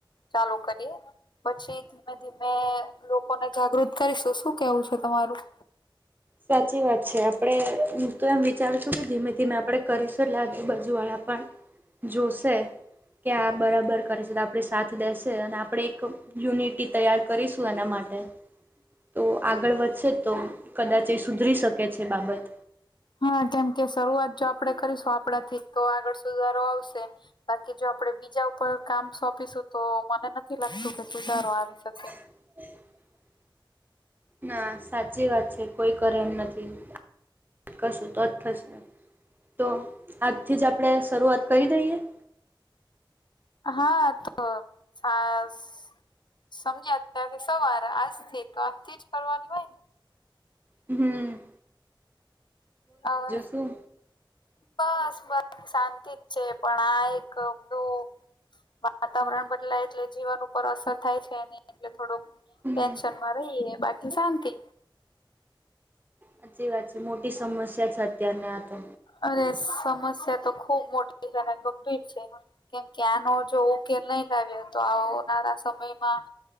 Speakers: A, on the left; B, on the right.
A: ચાલુ કરીએ. પછી <unintelligible> લોકોને જાગૃત કરીશું શું કેવું છે તમારું?
B: સાચી વાત છે આપડે હું તો એમ વિચારું છું કે ધીમે-ધીમે આપણે કરીશું એટલે આજુબાજુ વાળા પણ જોશે કે આ બરાબર કરશે તો આપણે સાથ દેશે અને આપડે એક યુનિટી તૈયાર કરીશું એના માટે તો આગળ વધશે તો કદાચ એ સુધરી શકે છે બાબત.
A: હા કેમકે શરૂઆત જો આપડે કરીશું આપણાથી તો આગળ સુધારો આવશે. બાકી જો આપડે બીજા ઉપર કામ સોંપીશું તો મને નથી લાગતું કે સુધારો આવી શકે.
B: <inaudible> હા સાચી વાત છે કોઈ કરે એમ નથી. કરશું તો જ થશે તો આજથી જ આપણે શરૂઆત કરી દઈએ.
A: હા તો <unintelligible> સમજ્યા ત્યારથી સવાર આજથી તો આજ થી જ કરવાની હોય ને.
B: હુંમ્મ.
A: હવે
B: શું
A: <inaudible> વાતાવરણ બદલાય એટલે જીવન ઉપર અસર થાય છે અને એટલે થોડુંક
B: હમ
A: ટેન્શનમાં રહીયે બાકી શાંતિ.
B: હાચી વાત છે મોટી સમસ્યા છે અત્યારને આ તો.
A: અરે સમસ્યા તો ખુબ મોટી છે ને ગંભીર છે <unintelligible> કેમ કે આનો જો ઉકેલ નહી લાવ્યો તો આવનારા સમયમાં